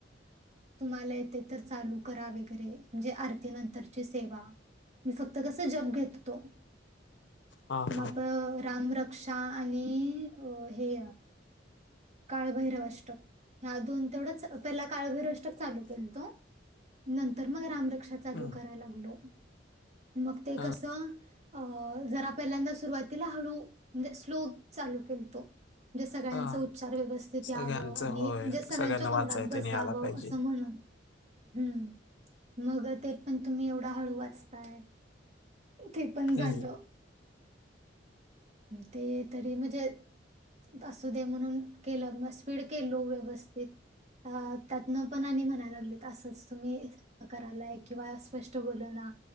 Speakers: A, on the right; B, on the left.
A: तुम्हाला येते तर चालू करा वगैरे म्हणजे आरती नंतरची सेवा. मी फक्त कसं जप घेत होतो.
B: हां,
A: मग
B: हां.
A: रामरक्षा आणि अ हे. काळभैरवाष्टप ह्या दोन तेवढंच पहिला काळभैरवाष्टप चालू केतो. नंतर मग रामरक्षा चालू
B: हं,
A: कराय लागलो मग ते
B: हां,
A: कसं. अ जरा पहिल्यांदा सुरुवातीला हळूे स्लो चालू केले. तो सगळ्यांचे
B: हां.
A: उच्चार व्यवस्थित.
B: सगळ्यांचं
A: वं आणि
B: होय.
A: म्हणजे सगळ्यांच्या
B: सगळ्यांना
A: तोंडात
B: वाचायला
A: बसावं
B: ते न्यायला पाहिजे.
A: असं म्हण. हम्म मग ते पण तुम्ही एवढा हळू वाचताय. ते पण
B: हं,
A: झालं. ते तरी म्हणजे. असू दे म्हणून केलं म स्पीड के लो व्यवस्थित. ह त्यातन पण आणि. म्हणायला लागली तर तुम्ही करायला किंवा स्पष्ट बोलना.